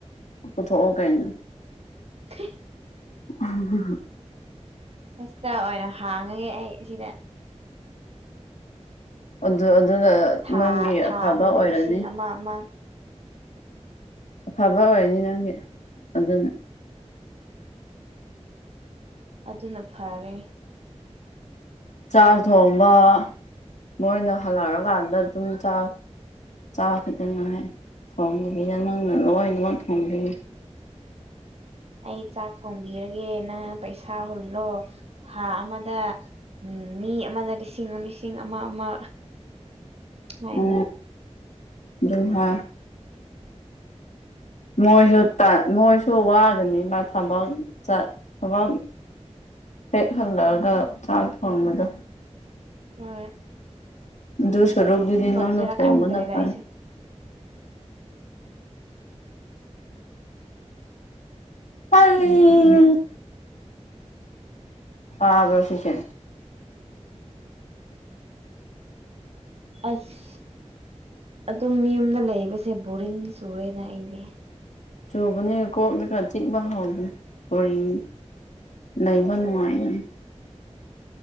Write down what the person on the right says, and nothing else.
<inaudible>
ꯐꯁꯇ ꯑꯣꯏꯅ ꯍꯥꯡꯉꯒꯦ ꯑꯩ ꯁꯤꯗ
ꯊꯥ
ꯊꯥ
ꯑꯃꯗ
ꯂꯤꯁꯤꯡ ꯑꯃ ꯑꯃ
ꯑꯗꯨꯅ ꯐꯔꯦ
ꯑꯩ ꯆꯥꯛ ꯊꯣꯡꯕꯤꯔꯒꯦ ꯅꯪ ꯄꯩꯁꯥ ꯍꯨꯜꯂꯣ ꯊꯥ ꯑꯃꯗ ꯎꯝ ꯃꯤ ꯑꯃꯗ ꯂꯤꯁꯤꯡ ꯑꯃ ꯂꯤꯁꯤꯡ ꯑꯃ ꯑꯃ ꯍꯥꯏꯅ
ꯍꯣꯏ
ꯑꯗꯨ ꯇꯧꯁꯤꯔꯥ
ꯈꯪꯗ꯭ꯔꯦꯗ
ꯑꯩꯁꯨ
ꯑꯁ ꯑꯗꯨꯝ ꯌ ꯌꯨꯝꯗ ꯂꯩꯕꯁꯦ ꯕꯣꯔꯤꯡ ꯁꯨꯔꯦꯗ ꯑꯩꯗꯤ